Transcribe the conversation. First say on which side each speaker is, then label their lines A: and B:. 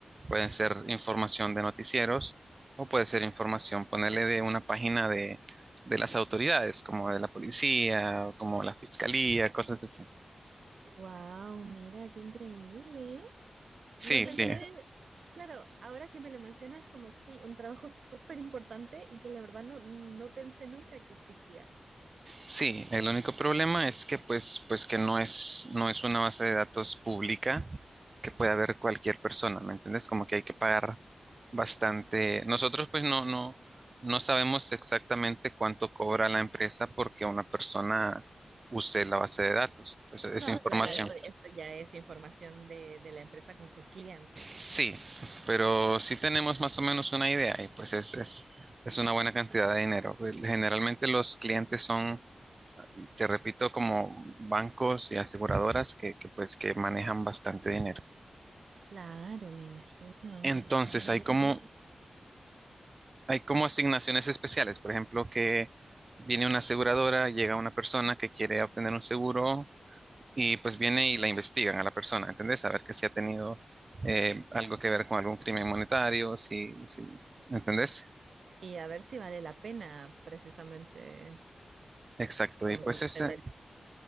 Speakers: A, on the right; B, on the right.
A: Pueden ser información de noticieros o puede ser información, ponerle de una página de, de las autoridades, como de la policía, como la fiscalía, cosas así.
B: Wow, mira qué increíble
A: Sí,
B: No pensé,
A: sí.
B: claro, ahora que me lo mencionas es como, sí, un trabajo súper importante y que la verdad no, no pensé nunca que existía.
A: Sí, el único problema es que pues, pues que no es, no es una base de datos pública que pueda ver cualquier persona, ¿me entiendes? Como que hay que pagar bastante. Nosotros pues no, no, no sabemos exactamente cuánto cobra la empresa porque una persona use la base de datos, pues esa
B: No,
A: información.
B: claro, eso,
A: Claro.
B: eso ya es información de, de la empresa con sus clientes.
A: Sí, pero sí tenemos más o menos una idea y pues es, es, es una buena cantidad de dinero. Pues, Generalmente los clientes son, te repito, como bancos y aseguradoras que, que pues que manejan bastante dinero.
B: Claro, me imagino.
A: Entonces
B: Mira
A: hay como
B: qué interesante.
A: Hay como asignaciones especiales, por ejemplo, que viene una aseguradora, llega una persona que quiere obtener un seguro y pues viene y la investigan a la persona, ¿entendés? A ver que si ha tenido eh, algo que ver con algún crimen monetario, si, si, ¿entendés?
B: Y a ver si vale la pena precisamente
A: Exacto,
B: como
A: y pues ese,
B: tener